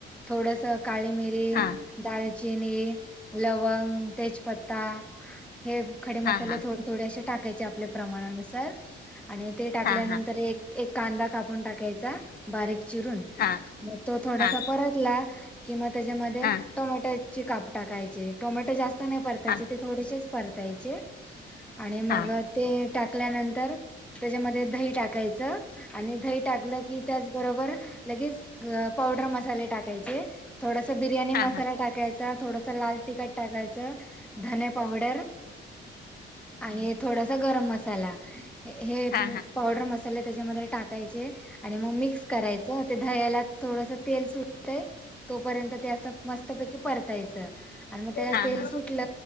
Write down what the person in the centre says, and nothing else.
थोडस काळे मिरी,
दालचिनी लवंग, तेजपत्ता हे खडे मसाले
थोडे थोडे्य अशे टाकायचे, आपल्या प्रमाणानुसार आणि ते टाकल्यानंतर
एक एक कांदा कापून टाकायचा. बारीक चिरून,
मग तो थोडासा
परतला कि म त्याच्यामध्ये
टोमॅटोचे काप टाकायचे, टोमॅटो जास्त नाही परतायचे,
ते थोडेसेच परतायचे. आणि मग
ते टाकल्यानंतर त्याच्यामध्ये दही टाकायच. आणि दही टाकल की, त्याचबरोबर लगेच पावडर मसाले टाकायचे. थोडस बिर्याणी मसाला
टाकायचा, थोडस लाल तिखट टाकायच. धणे पावडर आणि थोडासा गरम मसाला. हे
पावडर मसाले त्याच्यामध्ये टाकायचे आणि मग मिक्स करायच. ते दह्यला थोडस तेल सुटतय तोपर्यंत ते अस मस्तपैकी परतायच आणि मग त्याला
तेल
सुटल